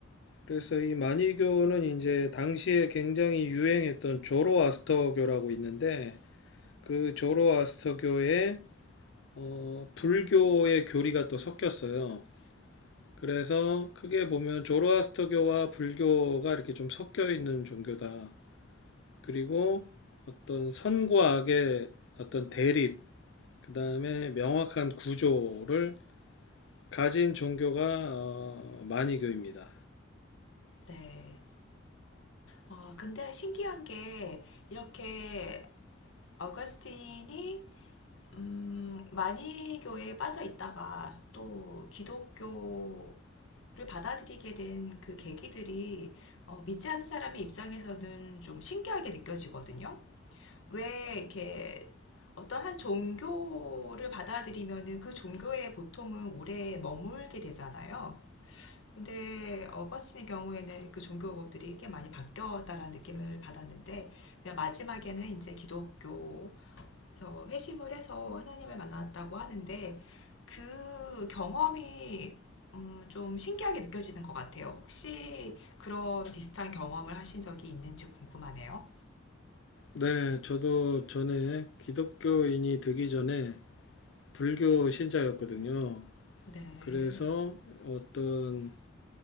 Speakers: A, on the left; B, on the left.
A: 그래서 이 마니교는 이제 당시에 굉장히 유행했던 조로아스터교라고 있는데 그 조로아스터교의 어, 불교의 교리가 또 섞였어요. 그래서 크게 보면 조로아스터교와 불교가 이렇게 좀 섞여 있는 종교다. 그리고 어떤 선과 악의 어떤 대립, 그 다음에 명확한 구조를 가진 종교가 어, 마니교입니다.
B: 네. 어, 근데 신기한 게, 이렇게 어거스틴이, 음, 마니교에 빠져 있다가 또 기독교를 받아들이게 된 그 계기들이, 어, 믿지 않는 사람의 입장에서는 좀 신기하게 느껴지거든요. 왜 이렇게 어떤 한 종교를 받아들이면은 그 종교에 보통은 오래 머물게 되잖아요. 근데 어거스틴의 경우에는 그 종교들이 꽤 많이 바뀌었다라는 느낌을 받았는데 제가 마지막에는 이제 기독교에서 회심을 해서 하나님을 만났다고 하는데 그 경험이 음, 좀 신기하게 느껴지는 것 같아요. 혹시 그런 비슷한 경험을 하신 적이 있는지 궁금하네요.
A: 네, 저도 전에 기독교인이 되기 전에 불교 신자였거든요.
B: 네.
A: 그래서 어떤